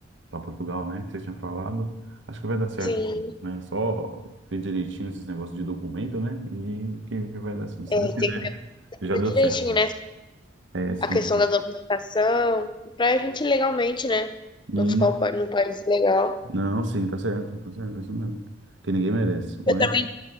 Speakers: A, on the right (about 65°); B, on the left (about 25°).
A: para Portugal, né? Que você tinha falado. Acho que vai dar certo,
B: Sim,
A: né? Só ver direitinho esses negócios de documento, né? E que, que vai dar assim. Se
B: é,
A: Deus quiser,
B: tem que
A: já
B: ver
A: deu
B: direitinho,
A: certo.
B: né?
A: É, sim.
B: a questão da domesticação, pra gente legalmente, né?
A: Isso.
B: Não ficar o pa- no país legal.
A: Não, sim, tá certo, tá certo, é isso mesmo. Que ninguém merece,
B: Eu
A: mas.
B: também,